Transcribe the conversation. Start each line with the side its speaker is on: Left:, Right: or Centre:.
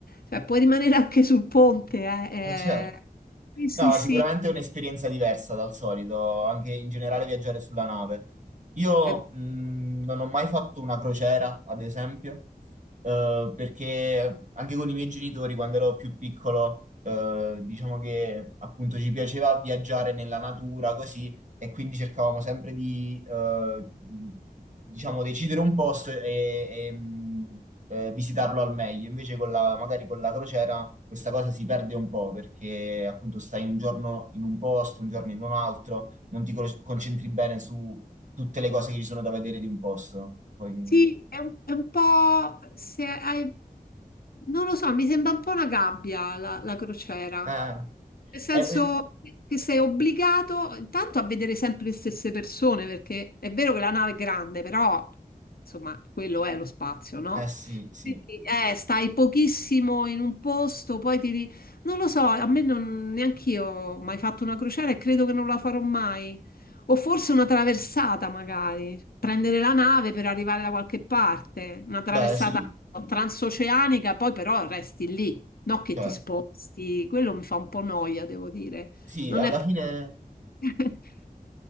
Left: cioè, puoi rimanere anche sul ponte, eh, è-
Right: Eh, certo.
Left: Sì, sì,
Right: No,
Left: sì,
Right: sicuramente è un'esperienza diversa dal solito, anche in generale viaggiare sulla nave. Io
Left: è,
Right: mh, non ho mai fatto una crociera, ad esempio, eh, perché anche con i miei genitori, quando ero più piccolo, eh, diciamo che appunto ci piaceva viaggiare nella natura, così, e quindi cercavamo sempre di, eh, diciamo, decidere un posto e, e, mh, eh, visitarlo al meglio. Invece con la, magari con la crociera questa cosa si perde un po' perché appunto stai un giorno in un posto, un giorno in un altro, non ti cro- concentri bene su tutte le cose che ci sono da vedere di un posto. Poi,
Left: sì, è un, è un po', se hai, non lo so, mi sembra un po' una gabbia la la crociera.
Right: eh,
Left: Nel senso
Right: eh, eh,
Left: che sei obbligato intanto a vedere sempre le stesse persone, perché è vero che la nave è grande, però insomma, quello è lo spazio, no?
Right: eh, sì, sì,
Left: Quindi, eh, stai pochissimo in un posto, poi ti... ri- Non lo so, a me non... neanch'io ho mai fatto una crociera e credo che non la farò mai. O forse una traversata, magari. Prendere la nave per arrivare da qualche parte. Una traversata
Right: beh sì,
Left: transoceanica, poi però resti lì. No che
Right: certo.
Left: ti sposti. Quello mi fa un po' noia, devo dire.
Right: Sì,
Left: Non
Right: alla
Left: è...
Right: fine
Left: <laughs>